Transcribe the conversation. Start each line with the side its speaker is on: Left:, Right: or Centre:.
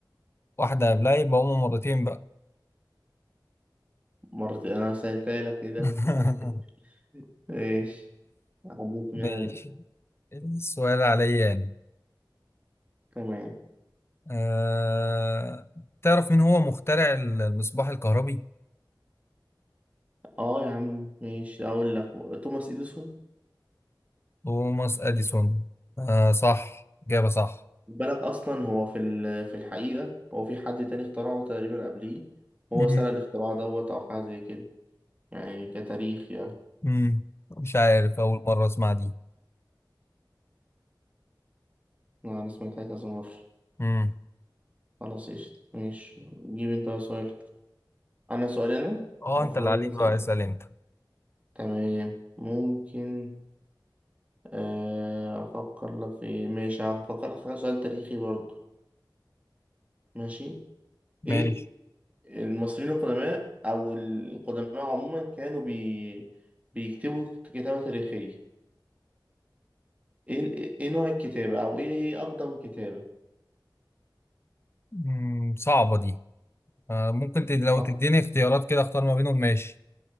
Left: واحدة قبلها يبقى هما مرتين بقى
Right: مرتين أنا سألتها لك إيه ده
Left: <laughs>
Right: <laughs> ماشي عديت
Left: ماشي
Right: منها دي.
Left: السؤال عليا أنا
Right: تمام
Left: آه... تعرف مين هو مخترع المصباح الكهربي؟
Right: اه يا عم ماشي أقول لك توماس إديسون
Left: توماس أديسون آه صح إجابة صح
Right: بالك اصلا هو في ال- في الحقيقه هو في حد تاني اخترعه تقريبا قبليه هو
Left: مم.
Right: سنه الاختراع دوت او حاجه زي كده يعني كتاريخ يعني
Left: مم. مش عارف أول مرة أسمع دي
Right: لا، انا سمعتها كذا مره
Left: مم.
Right: خلاص قشطة ماشي جيب انت بقى سؤال انا سؤالي انا
Left: أه
Right: المفروض
Left: أنت اللي عليك
Right: ان اسال
Left: بقى اسأل أنت
Right: تمام ممكن آه، افكر لك في ماشي هفكر لك في حاجة- سؤال تاريخي برضو ماشي ايه
Left: ماشي
Right: المصريين القدماء او القدماء عموما كانوا بي... بيكتبوا كتابة تاريخية ايه ال- ايه نوع الكتابة او ايه هي اقدم كتابة
Left: مم. صعبة دي آه ممكن تد... لو
Right: صح
Left: تديني اختيارات كده أختار ما بينهم ماشي